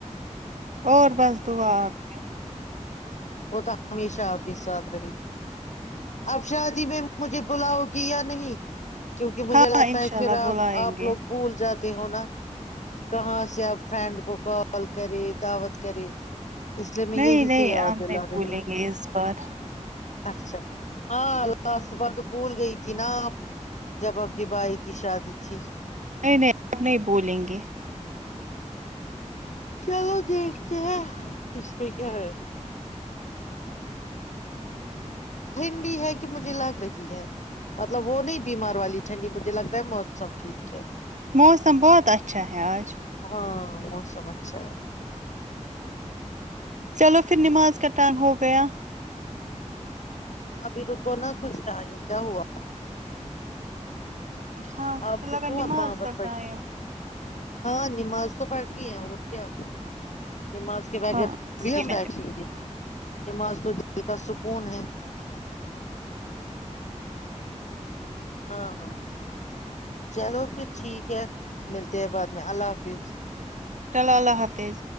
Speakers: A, on the right (about 75°); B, on the left (about 70°).
A: اور بس دعا آپ کی
B: وہ تو ہمیشہ آپ کے ساتھ رہے گی اب شادی میں مجھے بلاؤگی یا نہیں کیونکہ مجھے
A: ہاں
B: لگتا
A: انشاء
B: ہے پھر
A: اللہ
B: آپ
A: بلائیں
B: آپ
A: گے
B: لوگ بھول جاتے ہو نا کہاں سے آپ فرینڈ کو کال کرے دعوت کرے اس لیے میں
A: نہیں
B: یہی
A: نہیں
B: سے یاد
A: ہم
B: دلا
A: نہیں بھولیں
B: رہی ہوں
A: گے اس بار
B: اچھا ہاں لاسٹ بار تو بھول گئی تھی نا آپ جب آپکی بھائی کی شادی تھی
A: نہیں نہیں اب نہیں بولیں گے
B: چلو دیکھتے ہیں اس میں کیا ہے ٹھنڈی ہے کہ مجھے لگ رہی ہے مطلب وہ نہیں بیمار والی ٹھنڈی مجھے لگ رہا ہے موسم ٹھیک ہے
A: موسم بہت اچھا ہے آج
B: ہاں موسم اچھا ہے
A: چلو پھر نماز کا ٹائم ہوگیا
B: ابھی رکو نا کچھ ٹائم کیا ہوا
A: ہاں مجھے
B: آپ پوچھو
A: لگا نماز
B: آپ بٹ
A: کا
B: فائس
A: ٹائم
B: ہاں نماز تو پڑلی ہے اور کیا نماز کے بغیر
A: ہاں اسی
B: تھوڑی
A: لیے
B: ہم
A: میں
B: بیٹھیں
A: نے
B: گے نماز تو دل کا سکون ہے ہاں ہاں چلو پھر ٹھیک ہے ملتے ہیں بعد میں اللہ حافظ
A: چلو اللہ حافظ